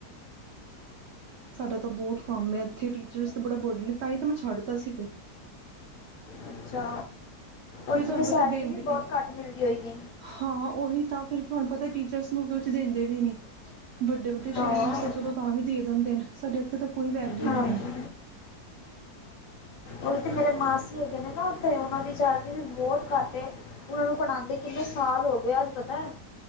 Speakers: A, on the right; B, on the left.
A: ਸਾਡਾ ਤਾਂ ਬਹੁਤ ਕੰਮ ਹੈ ਇਥੇ। ਟੀਚਰਸ ਤੇ ਬੜਾ ਬਰਡਨ ਹੈ, ਤਾਂ ਹੀ ਤਾਂ ਮੈਂ ਛੱਡਤਾ ਸੀ ਫਿਰ।
B: ਅੱਛਾ
A: ਫਿਰ
B: ਉੱਥੇ
A: ਤੁਹਾਨੂੰ
B: ਤਾਂ ਸੈਲਰੀ
A: ਪਤਾ ਦੇਂਦੇ
B: ਵੀ ਬਹੁਤ ਘੱਟ ਮਿਲਦੀ ਹੋਏਗੀ
A: ਹਾਂ। ਉਹੀ ਤਾਂ, ਫਿਰ ਤੁਹਾਨੂੰ ਪਤਾ ਟੀਚਰਸ ਕੁਛ ਦਿੰਦੇ ਵੀ ਨੀ। ਵੱਡੇ ਵੱਡੇ
B: ਹਾਂ
A: ਸ਼ਹਿਰਾਂ ਤਾਂ ਚਲੋ, ਤਾਂ ਵੀ ਦੇ ਦਿੰਦੇ ਨੇ। ਸਾਡੇ ਇੱਥੇ ਤਾਂ ਕੋਈ ਵੈਲਿਊ
B: ਹਾਂਜੀ
A: ਨਹੀਂ ਹੈ।
B: ਉਹ ਤੇ ਮੇਰੇ ਮਾਸੀ ਹੈਗੇ ਨੇ ਨਾ ਉੱਥੇ। ਉਹਨਾਂ ਦੀ ਚੈਲਰੀ ਵੀ ਬਹੁਤ ਘੱਟ ਹੈ, ਉਹਨਾਂ ਨੂੰ ਪੜਉਂਦੇ ਕਿੰਨੇ ਸਾਲ ਹੋ ਗਏ, ਅੱਜ ਪਤਾ ਹੈ।